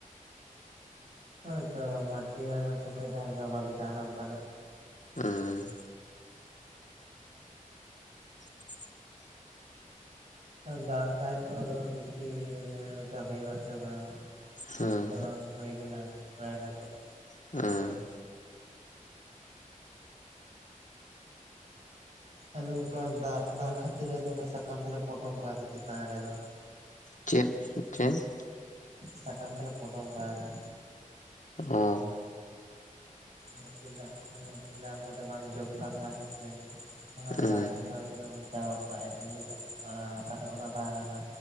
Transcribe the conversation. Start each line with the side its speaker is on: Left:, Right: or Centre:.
Right: ᱦᱚᱸᱭ ᱛᱚ ᱢᱟᱴᱤᱭᱟᱹᱬ ᱢᱟᱥᱮ ᱠᱚᱡ ᱦᱟᱞᱠᱟ ᱵᱟᱞᱤ ᱛᱟᱦᱮᱱᱟ ᱚᱱᱠᱟᱱᱟᱜ᱾
Left: ᱩᱸ᱾ <inaudible>
Right: ᱫᱟᱜ ᱫᱟᱭ ᱛᱚ ᱟᱫᱚ ᱫᱟᱹᱠᱷᱤ ᱮᱱᱮ ᱮᱱᱠᱟ ᱦᱩᱭᱩᱜ ᱟᱥᱮ ᱵᱟᱝ᱾
Left: ᱦᱩᱸ
Right: ᱧᱮᱞ ᱛᱚ ᱵᱟᱝ ᱦᱩᱭ ᱠᱟᱱᱟ ᱴᱨᱟᱭ ᱠᱟᱛᱮᱜ᱾
Left: ᱦᱮᱸ᱾
Right: ᱟᱫᱚ ᱱᱩᱝᱠᱟᱱ ᱫᱟᱜ ᱫᱟᱜ ᱠᱷᱟᱹᱛᱤᱨ ᱟᱫᱚ ᱚᱱᱟ ᱥᱟᱠᱟᱢ ᱛᱮᱞᱮ ᱯᱚᱴᱚᱢ ᱠᱟᱣᱫᱟ ᱪᱮᱛᱟᱱ ᱨᱮ ᱫᱚ᱾‍‍‍‍
Left: ᱪᱮᱫ ᱪᱮᱱᱫ?
Right: ᱥᱟᱠᱟᱢ ᱛᱮᱞᱮ ᱯᱚᱴᱚᱢ ᱠᱟᱣᱫᱟ᱾
Left: ᱚᱸ᱾
Right: ᱡᱟᱛᱮ ᱫᱟᱜ ᱩᱱᱟᱹᱜ ᱧᱟᱢ ᱠᱟᱛᱮ ᱵᱟᱝ ᱡᱚᱵᱠᱟᱜ ᱢᱟᱭ ᱦᱮᱸᱥᱮ, ᱚᱱᱟ
Left: ᱦᱩᱸ
Right: ᱫᱟᱜ ᱛᱮᱦᱚᱸ ᱮᱠᱫᱚᱢ ᱪᱟᱵᱟ ᱜᱚᱫ ᱠᱟ-ᱟᱭ ᱮᱢᱱᱤᱛᱚᱜ ᱮᱸ ᱦᱟᱥᱟᱴᱚᱜ ᱚᱫᱟ ᱛᱟᱦᱮᱸᱱᱟ᱾